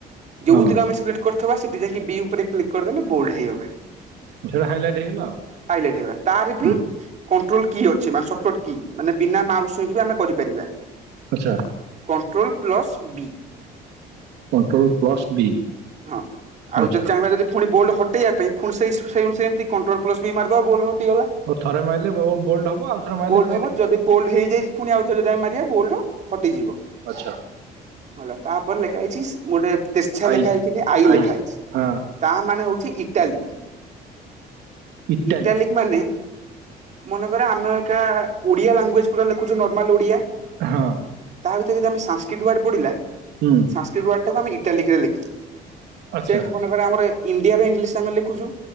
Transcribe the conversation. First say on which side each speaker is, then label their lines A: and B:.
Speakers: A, on the right; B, on the right.
A: ଯୋଉଥିକ
B: ହଁ
A: ଆମେ ସିଲେ କରିଥବା। ସେଠି ଯାଇକି ବି ଉପରେ କ୍ଲିକ୍ କରିଦେଲେ ବୋଲ୍ଡ ହେଇଗଲା।
B: ସେଇଟା ହାଇଲାଇଟ୍ ହେଇଗଲା ଆଉ
A: ହାଇଲାଇଟ୍ ହେଇଗଲା। ତାର ବି
B: ହୁଁ,
A: କଣ୍ଟ୍ରୋଲ କି ଅ ମାନେ ସଟ୍ କଟ୍ କି। ମାନେ ବିନା ମାଉସ୍ ଛୁଇଁକି ବି ଆମେ କରିପାରିବା।
B: ଆଚ୍ଛା।
A: Control plus B.
B: Control plus B.
A: ହଁ। ଆଉ
B: ଆଚ୍ଛା
A: ଯଦି ଚାହିଁବା ଯଦି ପୁଣି ବୋଲଡ ହଟେଇବା ପାଇଁ? ଫୁଣି ସେଇ ସ ସ ସେମିତି କଣ୍ଟ୍ରୋଲ ପ୍ଲସ ବି ମାରିଦବ ବୋଲ୍ଡ ହଟିଗଲା।
B: ଆଉ ଥରେ ମାରିଲେ ବୋଲ୍ଡ ହବ ଆଉ ଥରେ ମାରିଲେ
A: ବୋଲ୍ଡ
B: ପ୍ଲେନ୍
A: ହବ ଯଦି? ବୋଲ୍ଡ ହେଇଯାଇଛି। ପୁଣି ଆଉ ଥରେ ଯଦି ଆମେ ମାରିବା ବୋଲ୍ଡ ହଟିଯିବ।
B: ଆଚ୍ଛା।
A: ଗଲା। ତାପରେ ଲେଖା ହେଇଛି ସ୍ ଗୋଟେ ତେର୍ଛା
B: ଆଇ
A: ଲେଖା ହେଇକିନି ଆଈ
B: ଆଇ
A: ଲେଖା ହେଇଛି?
B: ହଁ
A: ତା ମାନେ ହଉଛି ଇଟାଲିକ।
B: ଇଟାଲୀ
A: ଇଟାଲିକ ମାନେ? ମନେକରେ ଆମେ ଅଇଖା ଓଡିଆ ଲାଙ୍ଗୁଏଜ ପୁରା ଲେଖୁଛୁ ନର୍ମାଲ ଓଡିଆ!
B: ହଁ
A: ତା ଭିତରେ ଯଦି ଆମେ ସାଂସ୍କ୍ରିଟ ପଡିଲା?
B: ହୁଁ
A: ସାଂସ୍କ୍ରିଟ ୱାର୍ଡ ଟାକୁ ଆେ ଇଟାଲିକ୍ ରେ ଲେଖିଲୁ।
B: ଆଚ୍ଛା
A: ସେମିତି ମନେକରେ ଆମର ଇଣ୍ଡିଆର ଇଂଲିଶ ଆମେ ଲେଖୁଛୁ।